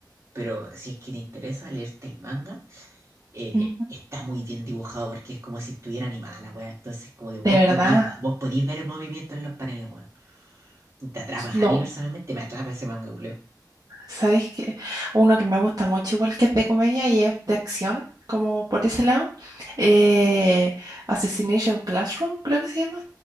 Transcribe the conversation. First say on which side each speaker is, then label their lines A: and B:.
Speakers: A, on the right; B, on the right.
A: Pero si es que te interesa leerte el manga, eh,
B: Ujú.
A: está muy bien dibujado porque es como si estuviera animada la weá. Entonces, como que vos
B: De verdad,
A: podís, vos podís ver el movimiento en los paneles, weón. Te atrapa.
B: lo,
A: A mí personalmente me atrapa ese manga, culiao.
B: ¿sabéis qué? Uno que me gusta mucho, igual que es de comedia y es de acción, como por ese lado. Eh, Assassination Classroom, creo que se llama.